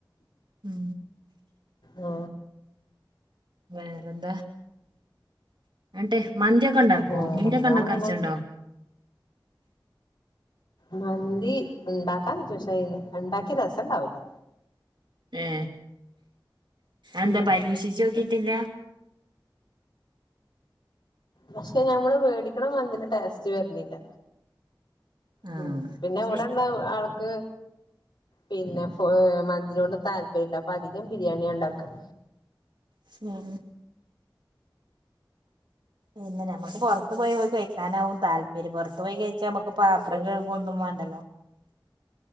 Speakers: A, on the right (about 70°); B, on the left (about 70°).
A: ഉം
B: ആ
A: വേറെന്താ ആട്ടേ മന്തിയൊക്കെ ഉണ്ടാക്കോ
B: വേറെന്താ
A: മന്തിയൊക്കെ ഉണ്ടാക്കാച്ചുണ്ടോ
B: അങ്ങനെ മന്തി ഉണ്ടാക്കാന്ന് വച്ച ഉണ്ടാക്കിയ രസം ഉണ്ടാവില്ല
A: ഉ എന്താ
B: ഉം
A: പരീക്ഷിച്ച നോക്കിട്ടില്ല
B: പക്ഷെ ഞമ്മള് വേടിക്കണ മന്തിന്റെ ടേസ്റ്റ് വരുന്നില്ല
A: ആഹ്
B: ഉം
A: അത്
B: പിന്നെ ഇവിടെണ ആൾക്ക് പിന്നെ മന്തിനൊണ്ട് താല്പര്യമില്ല അപ്പൊ അധികം ബിരിയാണി ഉണ്ടാക്കും
A: ഉഹ പിന്നെ നമുക്ക് പുറത്തു പോയി പോയി കഴിക്കാനാവും താല്പര്യം പുൊറത്തു പോയി കഴിച്ചാൽക്ക് െ പത്ര കേൾ ഒന്നും വേണ്ടല്ലോ